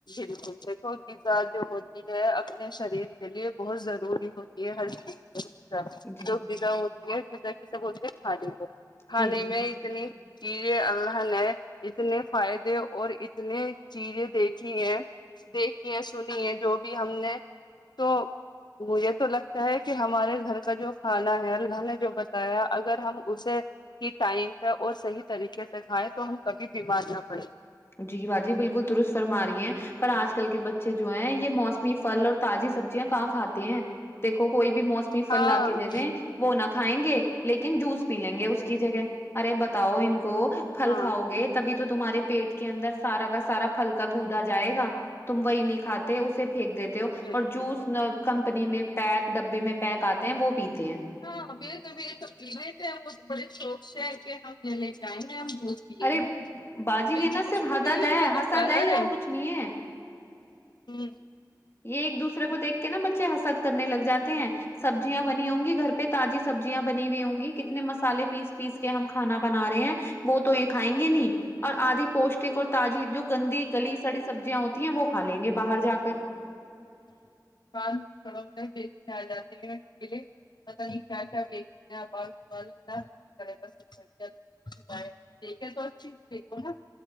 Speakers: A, on the left; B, on the left.
A: بالکل دیکھو غذا جو ہوتی ہے اپنے شریر کے لیے بہت ضروری ہو یہ ہر چیزا
B: جی
A: جو غذا ہوتی ہے غذا کیسے بولتے ہیں کھانے کو کھانے
B: جی
A: میں اتنی چیزیں اللہ نے اتنے فائدے اور اتنے چیزیں دیکھی ہے دیکھی ہے سنی ہے جو بھی ہم نے تو مجھے تو لگتا ہے کہ ہمارے گھر کا جو کھانا ہے اللہ نے جو بتایا اگر ہم اسے کہ ٹائم پہ اور صحیح طریقے سے کھائیں تو ہم کبھی بیمار نہ پڑے
B: جی باجی بالکل درست فرما رہی ہے پر آج کل کے بچے جو ہیں یہ موسمی پھل اور تازی سبزیاں کہاں کاتے ہیں دیکھو کوئی بھی موسمی فل
A: ہاں
B: لا کے دے دیں وہ نہ کھائیں گے لیکن جوس پی لیں گے اس کی جگہ ارے بتاؤ ان کو پھل
A: ہاں
B: کھاؤ گے تبھی تو تمہارے پیٹ کے اندر سارا کا سارا پھلکا گدا جائے گا تم وہی نہیں کھاتے اسے پھینک دیتے ہو
A: بالکل
B: اور جوس نہ کمپنی میں پیک ڈبے میں پیک آتے ہیں وہ پیتے ہیں
A: ہاں <unintelligible> تو تھ وہ بڑے شوق سے ہے کہ ہم لے لے جائیں گے ہم ب پیےگے
B: ارے باجی یہ
A: وہ
B: نا
A: جوس
B: صرف
A: تھوڑی
B: حدد
A: ہے وہ تو
B: حسد
A: کلر
B: یہ اور
A: ہے
B: کچھ نہیں ہے
A: ہوں
B: یہ ایک دوسرے کو دیکھ کے نا بچے حسد کرنے لگ جاتے ہیں سبزیاں بنی ہوں گی گھر پہ تازی سبزیاں بنی ہوئی ہوں گی کتنے مسالے پیس پیس کہ ہم کھانا بنا رہے ہیں وہ تو یہ کھائیں گے نہیں اور آدھی پوشٹک اور تازی جو گندی گلی سڑی سبزیاں ہوتی ہیں وہ کھا لیں گے باہر جا کر
A: ہاںڑ بیچنے آ جاتے ہیں الے پت نہیں کیا کیا بیچ <inaudible> <unintelligible> دیکھے تو اچھی چیز دیکھو نا